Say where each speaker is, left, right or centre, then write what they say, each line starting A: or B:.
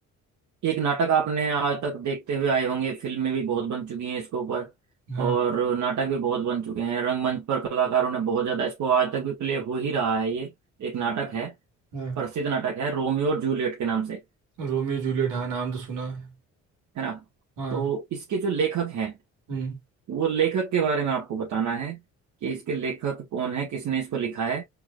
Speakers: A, on the right (about 70°); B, on the right (about 80°).
A: एक नाटक आपने आज तक देखते हुए आए होंगे फिल्में भी बहुत बन चुकी हैं इसके ऊपर
B: हाँ
A: और नाटक भी बहुत बन चुके हैं रंगमंच पर कलाकारों ने बहुत ज्यादा इसको आज तक भी प्ले हो ही रहा है ये एक नाटक है
B: हाँ
A: प्रसिद्ध नाटक है रोमियो और जूलियट के नाम से
B: रोमियो जूलियट हाँ नाम तो सुना है
A: है ना
B: हाँ
A: तो इसके जो लेखक हैं
B: हम्म
A: वो लेखक के बारे में आपको बताना है कि इसके लेखक कौन है किसने इसको लिखा है